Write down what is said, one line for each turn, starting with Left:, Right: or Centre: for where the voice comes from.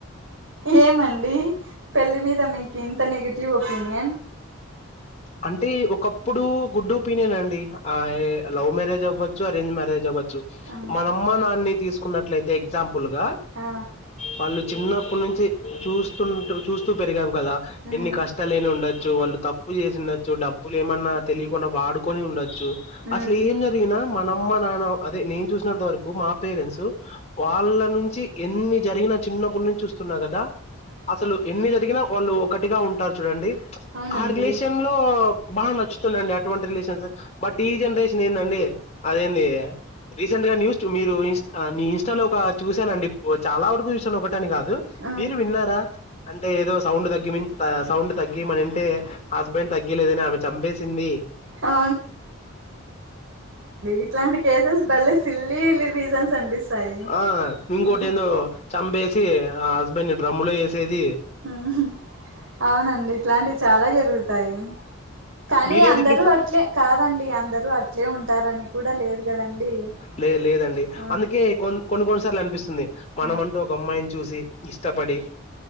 Right: ఏమండి పెళ్ళి మీద మీకు ఇంత నెగటివ్ ఒపీనియన్
Left: అంటే ఒకప్పుడు గుడ్ ఒపీనియన్ అండి ఆ లవ్ మ్యారేజ్ అవ్వచ్చు అరేంజ్ మ్యారె రేజ్ అవ్వచ్చు
Right: అవునా
Left: మనమ్మ నాన్నని తీసుకున్నట్లయితే ఎగ్జాంపుల్గా
Right: ఆ
Left: వాళ్ళు చిన్నప్పు నుంచి చూస్తున్ చూస్తూ పెరిగాం కదా
Right: మ్మ్
Left: ఎన్ని కష్టాలని ఉండొచ్చు వాళ్ళు తప్పు చేసిండొచ్చు డబ్బులు ఏమన్నా తెలియకుండా వాడుకొని ఉండొచ్చు
Right: మ్మ్
Left: అసలు ఏం జరిగినా మనమ్మ నా నావ్ అదే నేను చూసినంత వరకు మా పేరెంట్స్ వాళ్ళ నుంచి ఎన్ని జరిగినా చిన్నప్పుటి నుంచి చూస్తున్నా కదా అసలు ఎన్ని జరిగినా వాళ్ళు ఒకటిగా ఉంటారు చూడండి
Right: అవునండి
Left: ఆ రిలేషన్ లో బా నచ్చుతుందండి అటువంటి రిలేషన్స్ బట్ ఈ జనరేషన్ ఏందండి అదేంది రీసెంట్ గా న్యూస్ చూ మీరు ఇన్స్ నీ ఇంస్టాలో ఒక చూశానండి ఇ చాలా వరకు చూసాను ఒకటని కాదు
Right: మ్మ్
Left: మీరు విన్నారా అంటే ఏదో సౌండ్ తగ్గి మిన్ సౌండ్ తగ్గి మనింటే హస్బెండ్ తగ్గిలేదని ఆమె చంపేసింది
Right: ఆ ఇట్లాంటి కేసెస్ భలే చిల్లి లీరీజాన్స్ అనిపిస్తాయి
Left: ఆ ఇంకోటి
Right: ఆ
Left: ఏందో చంపేసి ఆ హస్బెండ్ ని డ్రమ్ము లో ఏసేది
Right: ఉహు అవునండి ఇట్లాంటివి చాలా జరుగుతాయి కానీ
Left: మీరేది
Right: అందరూ
Left: ప్రిఫర్
Right: అట్లే కాదండి అందరు ద్రు అట్లే ఉంటారని కూడా లేదు కదండి
Left: లేదు లేదండి
Right: ఆ
Left: అందుకే కొన్ కోన్ కొన్ సా <unintelligible> అనిపిస్తుంది మనమంటూ
Right: ఆ
Left: ఒక అమ్మాయిని చూసి ఇష్టపడి